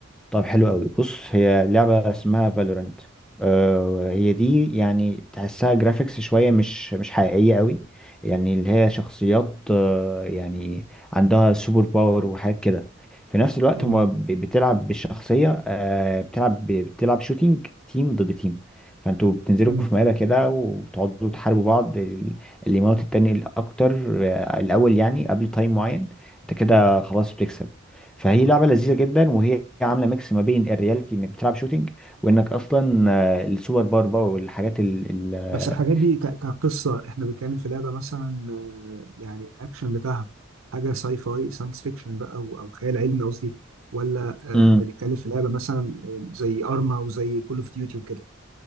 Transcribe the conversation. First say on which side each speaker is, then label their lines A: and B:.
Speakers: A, in the centre; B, on the right.
A: طب حلو قوي بص هي لعبة اسمها فالورنت آه هي دي يعني تحسها جرافيكس شوية مش مش حقيقية قوي يعني اللي هي شخصيات آه يعني عندها سوبر باور وحاجات كده في نفس الوقت
B: مم.
A: هما ب- بتلعب بالشخصية آه بتلعب ب- بتلعب شوتينج تيم ضد تيم فانتوا بتنزلوا
B: مم.
A: في مقابلة كده وتقعدوا تحاربوا بعض ال- اللي يموت التاني الأكتر آه، الأول يعني قبل تايم معين انت كده خلاص بتكسب فهي لعبه لذيذه جدا وهي عامله ميكس ما بين الرياليتي انك بتلعب شوتينج وانك اصلا آه، السوبر باور بقى والحاجات ال ال آه،
B: بس الحاجات دي ك- كقصه احنا بنتكلم في لعبه مثلا آه، يعني الاكشن بتاعها حاجه ساي فاي ساينس فيكشن بقى او أو خيال علمي قصدي ولا
A: مم.
B: آه، بنتكلم في لعبه مثلا آه، زي ارما وزي كول اوف ديوتي وكده